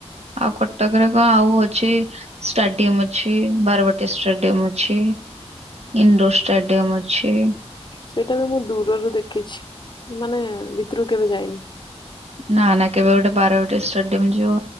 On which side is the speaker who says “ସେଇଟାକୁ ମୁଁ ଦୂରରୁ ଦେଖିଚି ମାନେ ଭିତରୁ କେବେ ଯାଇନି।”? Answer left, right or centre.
Left